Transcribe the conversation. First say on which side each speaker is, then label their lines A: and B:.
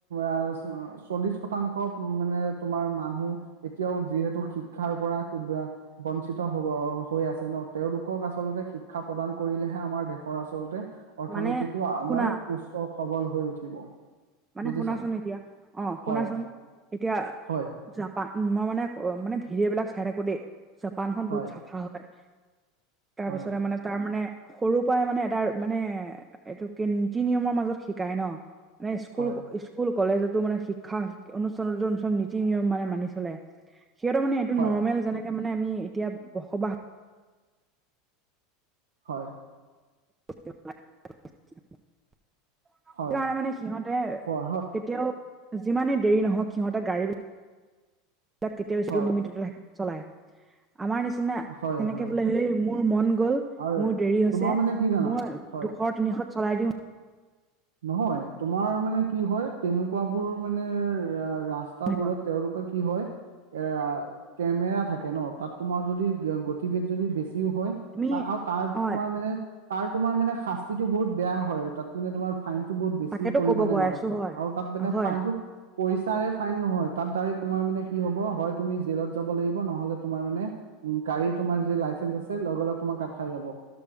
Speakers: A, on the right; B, on the right.
A: আ-চ, চল্লিশ শতাংশ মানে তোমাৰ মানুহ এতিয়াও যিহেতু শিক্ষাৰ পৰা কিবা বঞ্চিত হ'ব হৈ আছে ন', তেওঁলোকক আচলতে শিক্ষা প্ৰদান কৰিলেহে আমাৰ দেশৰ আচলতে অৰ্থনীতিটো
B: মানে
A: আমাৰ
B: শুনা
A: সুস্থ সৱল হৈ উঠিব।
B: মানে
A: বুজিছা
B: শুনাচোন এতিয়া, অ', শুনাচোন,
A: হয়
B: এতিয়া
A: হয়
B: জাপা মই মানে ক অ', মানে, ভিডিঅ' বিলাক চাই থাকোঁ‌ দেই, জাপান খন
A: হয়
B: বহুত চাফা হপায়। তাৰপিছতে
A: হয়
B: মানে তাৰ মানে সৰুৰ পৰাই মানে এটাৰ মানে, এইটো কি, নীতি নিয়মৰ মাজত শিকায় ন', মানে স্কু কুল,
A: হয়
B: স্কুল, কলেজটো, মানে শিক্ষা অনুষ্ঠানটো চব নীতি-নিয়ম মানে মানি চলে। সিহঁতৰ মানে এইটো
A: হয়
B: নৰ্মেল যেনেকে মানে আমি এতিয়া বসবাস
A: হয়।
B: <unintelligible> সেইকাৰণে
A: হয়
B: মানে সিহঁতে
A: হয়
B: কেতিয়াও যিমানে দেৰি নহওঁক সিহঁতে গাড়ীবি লাক কেতিয়া <unintelligible>
A: হয়
B: চলাই, আমাৰ নিচ নিচিনা
A: হয়
B: তেনেকে
A: হয় হয়
B: বোলে সেই মোৰ মন গ'ল
A: আৰু
B: মোৰ দেৰি হৈছে
A: তোমাৰ মানে কি জানা
B: মই
A: হয়
B: দুশ তিনিশত চলাই দিওঁ।
A: নহয় তোমাৰ মানে কি হয় তেনেকুৱাবোৰ মানে ৰা ৰাস্ত তাবোৰত
B: আহিব
A: তেওঁলোকৰ কি হয় এ ৰা কেমেৰা থাকে ন, তাত তোমাৰ যদি গতিবেগ যদি বেছ দিও হয়
B: তুমি
A: তা আও তাৰ
B: হয়
A: তোমাৰ মানে তাৰ তোমাৰ মানে শাস্তিটো বহুত বেয়া হয়। তাত মানে তোমাৰ ফাইনটো বহুত বেছি
B: তাকেতো
A: পৰিমাণে
B: ক'ব গৈ
A: লয়
B: আছো হয়
A: আৰু তাত মানে
B: হয়
A: ফাইনটো পইচাৰে ফাইন নহয় তাত ডাইৰেক্ট তোমাৰ মানে কি হ'ব হয় তুমি জেলত যাব লাগিব নহ'লে তোমাৰ মানে উম, গাড়ী তোমাৰ যি লাইচেঞ্চ আছে লগে লগে তোমাৰ কাট খাই যাব।